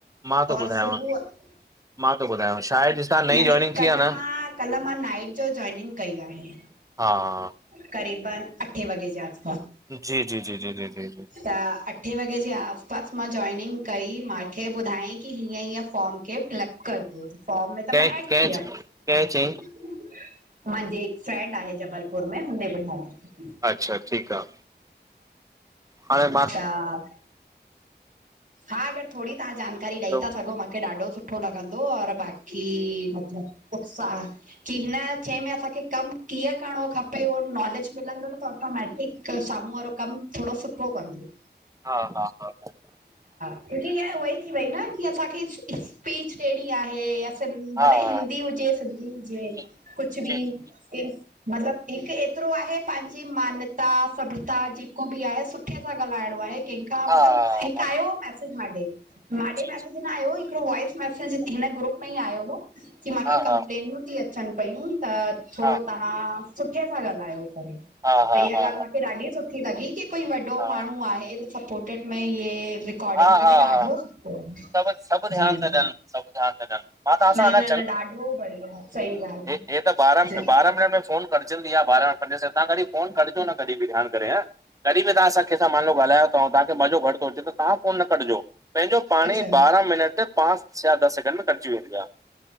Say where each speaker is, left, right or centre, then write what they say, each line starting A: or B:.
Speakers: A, on the right; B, on the right.
A: मां त
B: और
A: ॿुधायांव
B: सुबुह
A: मां थो ॿुधायांव सायाद जेसतां नई
B: यानी
A: जॉइनिंग
B: कल्ह
A: थी आ न।
B: मां कल्ह मां नाइट जो जॉइनिंग कई आहे।
A: हा।
B: क़रीबन अठे वजे जाग़।
A: जी जी जी जी जी जी जी
B: त अठे वॻे जे आसपासि मां जॉइनिंग कई, मांखे ॿुधाई की हीअं-हीअं फॉम केरु फिलप करदो, फॉर्म में त
A: कंहिं
B: मां एड
A: कंहिं
B: थी हुयमि।
A: कंहिं चयईं
B: माहांजे हिकु फ्रेंंड आहे जबलपुर में, हुने ॿुधाया।
A: अच्छा ठीकु आ, हाणे मां
B: त हा अॻरि थोडी तहां जानकारी
A: हैलो
B: ॾेई ता सघो मूंखे ॾाढो सु सुठो लॻंदो और बाक़ी मतिलबु उत्साह की हिन शइ में असांखे कमु कीअं करिणो खपे औ नॉलेज मिलंदो न त ऑटोमैटिक साम्हूं वारो कमु थोडो सुठो कंदो।
A: हा हा हा
B: की हिअ उवई थी वई न, की असांखे स्पीच ॾेहिड़ी आहे। सिं भले
A: हा
B: हिंदी
A: हा
B: हुजे, सिंधी हुजे
A: जी
B: कुझु बि
A: जी जी
B: सि मतिलबु हिकु एतिरो आहे पंहिंजी मान्यता, सभ्रता जेको बि आहे सुठे सां ॻाल्हाइणो आहे। ठीकु आ,
A: हा
B: मतिलबु हिकु
A: हा
B: आयो मैसेज माॾे, माॾे
A: जी
B: मैसेज
A: जी
B: न आयो हिकिड़ो वॉइस मैसेज हिन ग्रुप में ई आयो हुओ, की मांखे
A: हा
B: कंप्लेनियूं
A: हा
B: ती अचनि पयूं त थोडो
A: हा
B: तव्हां सुठे सां ॻाल्हायो करे,
A: हा
B: त
A: हा
B: इहा
A: हा
B: ॻाल्हि मूंखे ॾाढी सुठी लॻी की कोई वॾो
A: हा
B: माण्हू आहे सपोटेट में, ये रि रिकॉडिंग
A: हा
B: थी
A: हा
B: त ॾाढो
A: हा
B: जी
A: सभु सभु ध्यानु
B: जी।
A: था ॾियनि सभु ध्यानु था ॾियनि मां तव्हां
B: न
A: सां अञा
B: न न ॾाढो बढ़िया, सही ॻाल्हि
A: हीअ त ॿारह,
B: जी
A: ॿारह मिनट में फोनु कटजंदी आ ॿारह पंजे से, तां कॾी फोनु कटजो न कॾी बि ध्याण करे हे। कॾी बि तां सां कैसां मानलो ॻाल्हायो तव, तव्हां खे मज़ो घट तो अचे त तहां फोनु न कटिजो, पंहिंजो पाणेई
B: अच्छा
A: ॿारह मिनट ते पांच या दस सैकेंड में कटिजी वेंदी आ। <inaudible>